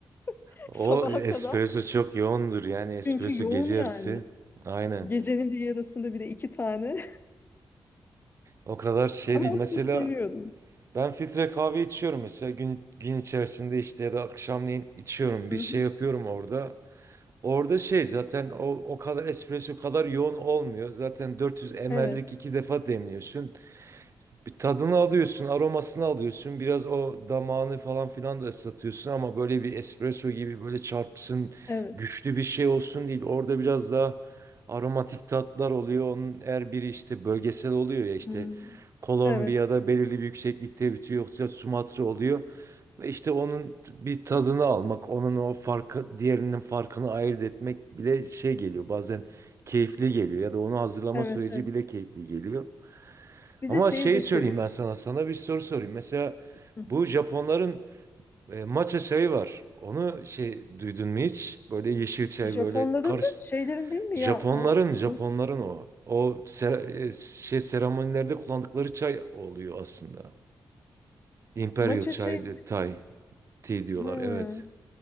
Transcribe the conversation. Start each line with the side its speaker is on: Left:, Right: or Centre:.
Left: <laughs>
Right: O
Left: Sabaha
Right: espresso
Left: kadar.
Right: çok yoğundur yani espresso
Left: Çünkü yoğun
Right: gece
Left: yani.
Right: yarısı. Aynen.
Left: Gecenin bir yarısında bir de iki tane.
Right: O kadar
Left: <laughs>
Right: şey
Left: Ama
Right: değil.
Left: onu
Right: Mesela
Left: da seviyordum.
Right: Ben filtre kahve içiyorum mesela gün, gün içerisinde işte ya da akşamleyin içiyorum bir
Left: Hı
Right: şey
Left: hı.
Right: yapıyorum orada. Orada şey zaten o, o kadar espresso kadar yoğun olmuyor. Zaten 400 ml'lik
Left: Evet.
Right: iki defa demliyorsun. Bir tadını alıyorsun, aromasını alıyorsun. Biraz o damağını falan filan da ıslatıyorsun ama böyle bir espresso gibi böyle çarpsın,
Left: Evet.
Right: güçlü bir şey olsun değil. Orada biraz daha aromatik tatlar oluyor. Onun her biri işte bölgesel oluyor ya işte
Left: Hmm.
Right: Kolombiya'da
Left: Evet.
Right: belirli bir yükseklikte bitiyor yoksa Sumatra oluyor. Ve işte onun bir tadını almak, onun o farkı, diğerinin farkını ayırt etmek bile şey geliyor. Bazen keyifli geliyor ya da onu hazırlama
Left: Evet.
Right: süreci
Left: Evet.
Right: bile keyifli geliyor.
Left: Bir
Right: Ama
Left: de şeyi
Right: şey
Left: de
Right: söyleyeyim
Left: seviyorum.
Right: ben sana. Sana bir soru sorayım. Mesela
Left: Hı.
Right: bu Japonların e, matcha çayı var. Onu şey duydun mu hiç? Böyle yeşil çay
Left: Japonların
Right: böyle karış.
Left: da şeylerin değil mi
Right: Japonların
Left: ya o?
Right: Japonların
Left: Ne?
Right: o. O se- e, şey seremonilerde kullandıkları çay oluyor aslında. Imperial
Left: Matcha
Right: çay,
Left: çayı.
Right: de- Thai tea diyorlar.
Left: Hı.
Right: Evet.